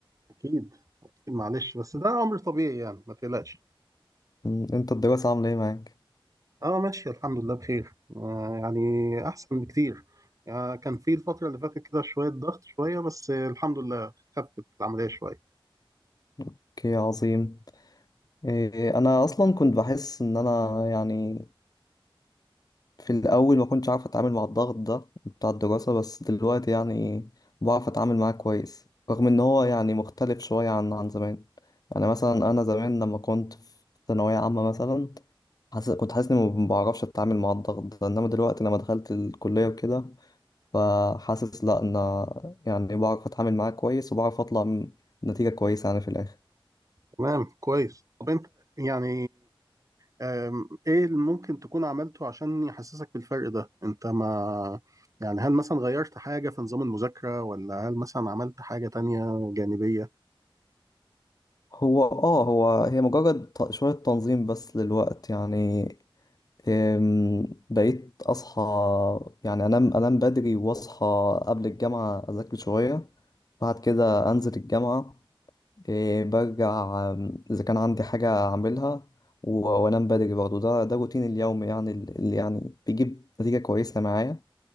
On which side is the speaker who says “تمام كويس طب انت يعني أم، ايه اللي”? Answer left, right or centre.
Right